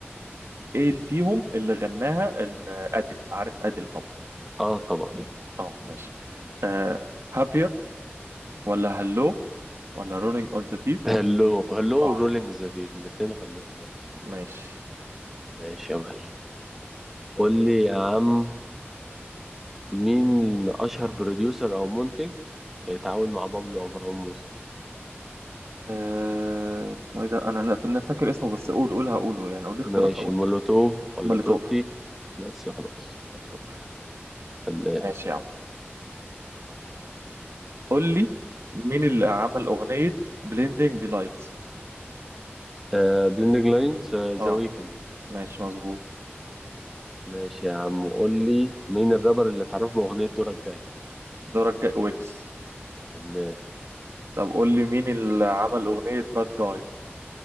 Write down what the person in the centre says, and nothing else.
اه طبعا
هلو هلو
ورولينج ذا ديب الاتنين غنتهم
ماشي يا معلم قول لي يا عم مين أشهر بروديوسر أو منتج اتعاون مع بابلو أو مروان موسى
ماشي
مولوتوف ولا
توتي بس خلاص
فنان.
آه بليندنج لاينز آه ذا
ويكند
ماشي يا عم قول لي مين الرابر اللي اتعرف بأغنية دورك جاي
فنان